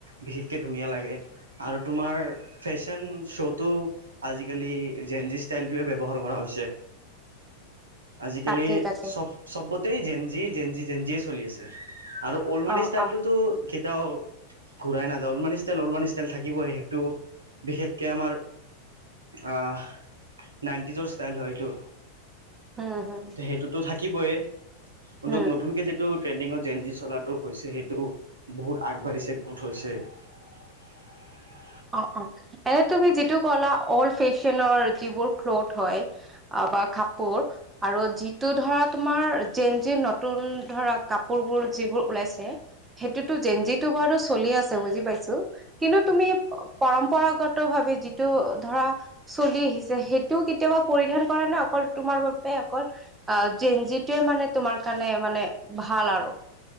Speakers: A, on the right (about 75°); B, on the right (about 15°).
A: বিশেষকৈ ধুনীয়া লাগে আৰু তোমাৰ <unintelligible> ফেশ্বন শ্ব'তটো আজিকালি জেঞ্জি ষ্টাইলটোৱেই ব্যৱহাৰ কৰা হৈছে। আজিকালি
B: তাকেই তাকে
A: চব-চবতেই জেঞ্জি-জেঞ্জি-জেঞ্জিয়েই চলি আছে। আৰু ওলমাৰি
B: অ
A: ষ্টাইলটোতো
B: অ
A: <unintelligible> তেওঁ ঘূৰাই নাযাও না ওলমান ষ্টাইল ওলমান ষ্টাইল থাকিবই সেইটো। <unintelligible> বিশেষকে আমাৰ আহ নাইনটিজৰ ষ্টাইল হয় এইটো।
B: হম হম
A: সেইটোতো থাকিবই ন্তোক
B: হম
A: নতুনকে যিটো <inaudible> ট্ৰেণ্ডিঙত জেঞ্জি চলাটো হৈছে, সেইটো বহুত আগবাঢ়িছে গোট হৈছে। <unintelligible>
B: অ অ এনে তুমি যিটো ক'লা, অল্ড ফেশ্বনৰ যিবোৰ ক্ল'থ হয়। আহ বা কাপোৰ আৰু যি <unintelligible> <unintelligible> টো ধৰা তোমাৰ জেন-জিৰ নতুন ধৰা কাপোৰবোৰ যিবোৰ ওলাইছে। সেইটোতো জেঞ্জিটো বাৰু চলি আছে বুজি পাইছো কিন্তু তুমি <unintelligible> পৰম্পৰাগত ভাৱে যিটো ধৰা চলি আহিছে সেইটো কেতিয়াবা পৰিধান কৰা নাই অকল। তোমাৰ বাবে অকল, আ জেঞ্জিটোৱে মানে তোমাৰ কাৰণে মানে ভাল আৰু।